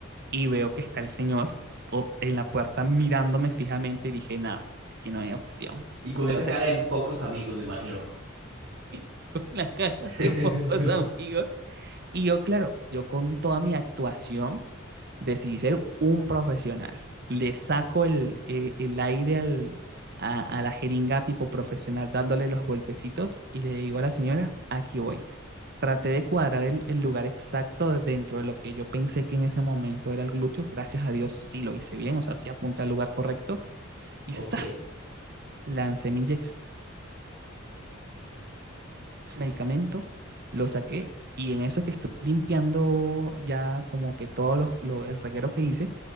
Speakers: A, on the right; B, on the right.
A: y veo que está el señor o- en la puerta mirándome fijamente y dije, nada, aquí no hay opción.
B: Y con
A: Entonces,
B: esa cara en pocos amigos, me imagino.
A: <laughs> con la cara
B: <laughs>
A: de pocos amigos. Y yo, claro, yo con toda mi actuación decidí ser un profesional. Le saco el, eh, el aire al, a, a, la jeringa tipo profesional dándole los golpecitos y le digo a la señora, aquí voy. Traté de cuadrar el, el lugar exacto dentro de lo que yo pensé que en ese momento era el glúteo. Gracias a Dios sí lo hice bien, o sea, sí apunté al lugar correcto. Y
B: Ok.
A: ¡zas! Lancé mi inyección ese medicamento, lo saqué y en eso que estoy limpiando ya como que todo los, lo- el reguero que hice,